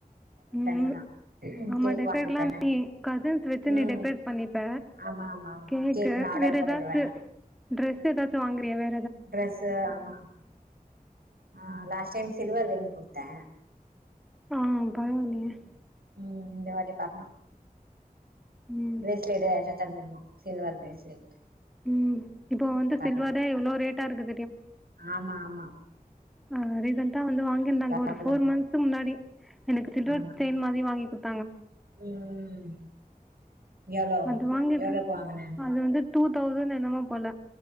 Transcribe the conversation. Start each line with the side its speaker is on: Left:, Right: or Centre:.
Centre: உம்
Right: இதா
Centre: ஆமா
Right: கேக்
Centre: டேக்ரேட்லாம்
Right: வாங்கிப்பே
Centre: நீ கசின்சுஸ் வச்சு
Right: ம்
Centre: நீீ டேக்ரேட் பண்ணிப்ப
Right: ஆமா ஆமா
Centre: கேக்
Right: நா ஆர்டர்
Centre: வேற
Right: போட்டுக்குறே
Centre: எதாச்சு டிரஸ் ஏதாச்சும் வாங்குறியாவே
Right: டிரெஸ்சு ஆமா ஹ் லாஸ்ட் டைம் சில்வர் ரிங் குடுத்தே
Centre: ஆ பரவாயில்லையே
Right: ஹுஉம் இந்த வாட்டி பக்னும்
Centre: ம்
Right: பிரேஸ்லேட் எதாச்சும் தர்ருனா சில்வர் பிரேஸ்லெட்
Centre: உம் இப்ப வந்து
Right: பாக்கலா
Centre: சில்வரே எவ்ளோ ரேட் டா இருக்குது
Right: ஆமா ஆமா
Centre: ஆஹ் ரீசன்டா வ வந்து வாங்கிருந்தாங்க
Right: பாக்கலா
Centre: ஒரு பௌர் மந்த்ஸ் முன்னாடி எனக்கு சில்வர்
Right: ஆமா
Centre: தேன் மாதிரி வாங்கி கொட் <unintelligible>
Right: ம் எவ்ளோ
Centre: அது வாங்கிட்டு
Right: எவ்ளோக்கு வாங்குன
Centre: அது வந்து டூ தௌசண் என்னமோ போல